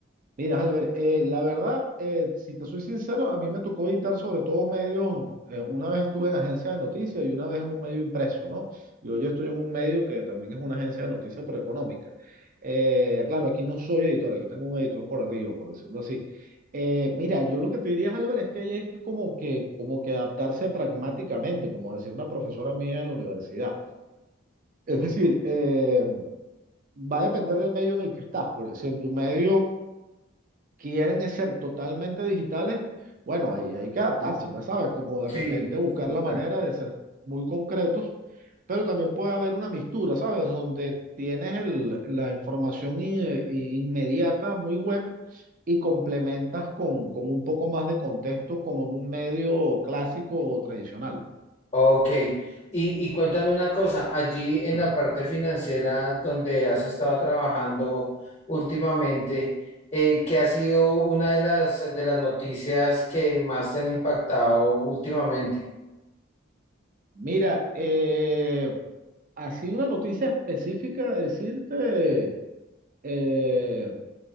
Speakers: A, on the right (about 40°); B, on the left (about 30°).
A: Mira, Albert, eh, la verdad, eh, si te soy sincero, a mí me tocó editar sobre todo medios. eh, una vez estuve en agencia de noticias y una vez en un medio impreso, ¿no? Yo, yo estoy en un medio que también es una agencia de noticias, pero económica. Eh, claro, aquí no soy editor, aquí tengo un editor por arriba, por decirlo así. Eh, mira, yo lo que te diría, Albert, es que hay es que como que, como que adaptarse pragmáticamente, como decía una profesora mía en la universidad. Es decir, eh, va a depender del medio en el que estás, porque si en tu medio quieren ser totalmente digitales, bueno, ahí hay que adaptarse, pues, ¿sabes? Como
B: Sí,
A: de repente buscar
B: sí,
A: la
B: claro.
A: manera de ser muy concretos, pero también puede haber una mistura, ¿sabes? Donde tienes el- la información i- i- inmediata, muy web, y complementas con, con un poco más de contexto como en un medio clásico o tradicional.
B: Ok, y, y cuéntame una cosa, allí en
A: Ah,
B: la parte financiera donde has estado trabajando últimamente, eh, ¿qué ha sido una de las, de las noticias que más te han impactado últimamente?
A: Mira, eh, así una noticia específica, decirte, eh,